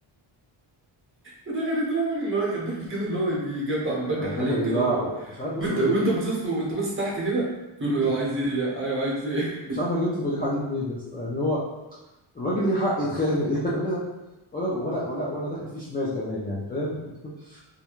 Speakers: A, on the right (about 25°); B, on the left (about 20°).
A: ودخل يضربك اللي هو كان داخل كده اللي هو بيجبع بيبجح
B: كان داخل
A: عليك
B: اذاعه
A: كده
B: مش عارف اصلا
A: وانت
B: انا
A: وانت
B: جبت ال...
A: باصص له وانت باصص تحت كده تقول
B: جبت
A: له ايوه
B: ال...
A: عايز ايه ايوه عايز ايه
B: مش عارف انا جبت البجاحه دي منين يا اسطى يعني هو الراجل ليه حق يتخانق <laughs> يعني وانا ولا ولا ولا وانا داخل فيه شمال كمان يعني فاهم <laughs>